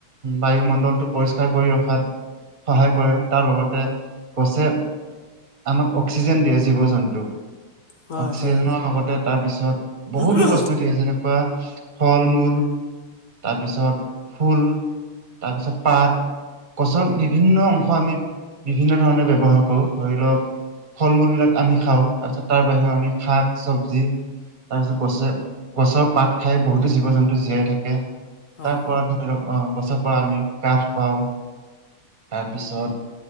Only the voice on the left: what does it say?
হয়,
হয়, হয়।
হয়,
হয়,